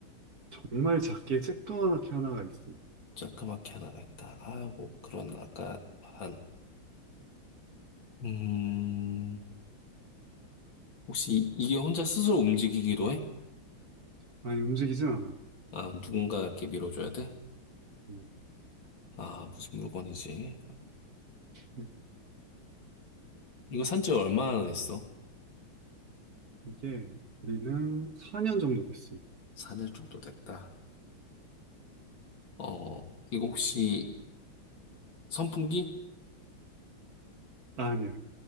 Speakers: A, on the right (about 50°); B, on the left (about 60°).
A: 정말 작게 쬐끄만하게 하나가 있어.
B: 자그맣게 하나가 있다. 아, 뭐 그런 아까 말한, 음, 혹시 이게 혼자 스스로 움직이기도 해?
A: 아니, 움직이진 않아.
B: 아, 누군가 이렇게 밀어줘야 돼?
A: 음,
B: 아, 무슨 물건이지?
A: 이-
B: 이거 산지 얼마나 됐어?
A: 이게 우리는 4년 정도 됐어.
B: 4년 정도 됐다. 어, 이거 혹시 선풍기?
A: 아, 니야